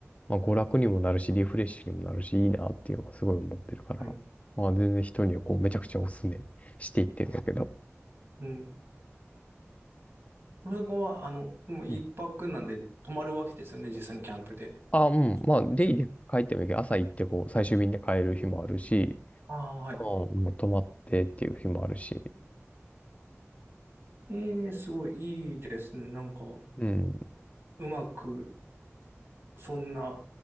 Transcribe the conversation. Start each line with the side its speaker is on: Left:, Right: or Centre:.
Left: まあ娯楽にもなるし、リフレッシュにもなるし、いいなっていうのはすごい思ってるから、
Right: はい。
Left: まあ全然人にはこうめちゃくちゃおすすめしていってるんだけど。
Right: うん。そこは、あの、もう一泊なんで泊まるわけですよね、
Left: うん
Right: 実際にキャンプで。も
Left: あ、うん。まあ、デイで帰ってもいいけど、
Right: ちろん
Left: 朝行ってこう、最終便で帰る日もあるし、
Right: ああ、はい。
Left: まあ、もう泊まってっていう日もあるし。
Right: ええ、すごいいいですね。なんか、
Left: うん。
Right: うまく、そんな